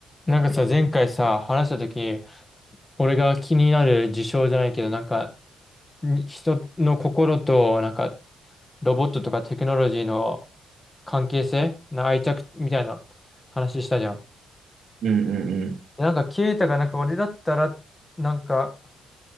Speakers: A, on the left; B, on the right.
A: なんかさ、前回さ、話したとき、俺が気になる事象じゃないけど、なんか、に人の心と、なんか、ロボットとかテクノロジーの関係性な愛着みたいな話したじゃん。
B: うんうんうん。
A: なんか、ケイタが、なんか、俺だったら、なんか、